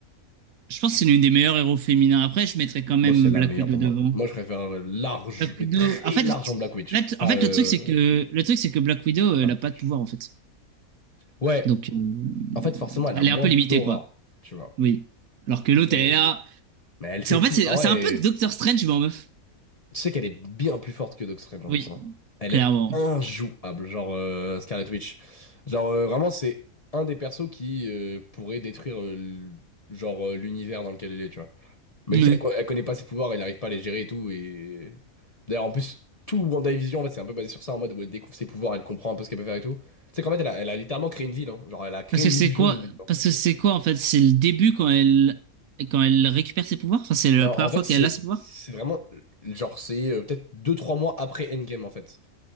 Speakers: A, on the right; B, on the left.
A: Je pense que c'est l'une des meilleures héros féminins. Après, je mettrais quand même
B: moi, c'est la
A: Black
B: meilleure
A: Widow
B: pour
A: devant.
B: moi. Moi, je préfère euh, large,
A: Black
B: mais
A: Widow.
B: très
A: En fait,
B: large en Black Witch.
A: là, t-
B: Enfin,
A: en fait,
B: euh...
A: le truc, c'est que, le truc, c'est que Black Widow, euh,
B: regarde
A: elle n'a
B: la
A: pas
B: Twitch.
A: de pouvoir, en fait.
B: Ouais,
A: Donc, euh,
B: en fait, forcément, elle
A: elle
B: a moins
A: est un peu limitée,
B: d'aura,
A: quoi.
B: tu vois.
A: Oui. Alors que l'autre,
B: Mais...
A: elle est là.
B: mais elle
A: C'est,
B: fait
A: en fait,
B: tout.
A: c'est
B: Ah ouais.
A: c'est un peu Doctor Strange, mais en meuf.
B: Tu sais qu'elle est bien plus forte que Doctor Strange en
A: Oui,
B: plus. hein. Elle
A: clairement.
B: est injouable, genre euh, Scarlet Witch. Genre euh, vraiment, c'est un des persos qui euh, pourrait détruire euh, l- genre euh, l'univers dans lequel elle est, tu vois. Mais
A: Oui.
B: si elle, co- elle connaît pas ses pouvoirs, elle n'arrive pas à les gérer et tout. Et d'ailleurs, en plus, tout WandaVision, en fait, c'est un peu basé sur ça, en mode où elle découvre ses pouvoirs, elle comprend un peu ce qu'elle peut faire et tout. Tu sais qu'en fait, elle a, elle a littéralement créé une ville. hein. Genre, elle a créé
A: Parce que
B: une
A: c'est
B: illusion
A: quoi,
B: d'une ville. genre.
A: parce que c'est quoi, en fait? C'est le début quand elle, quand elle récupère ses pouvoirs? Enfin, c'est la
B: Non,
A: première
B: en fait,
A: fois
B: c'est
A: qu'elle a ses pouvoirs?
B: c'est vraiment genre c'est euh, peut-être deux trois mois après Endgame en fait.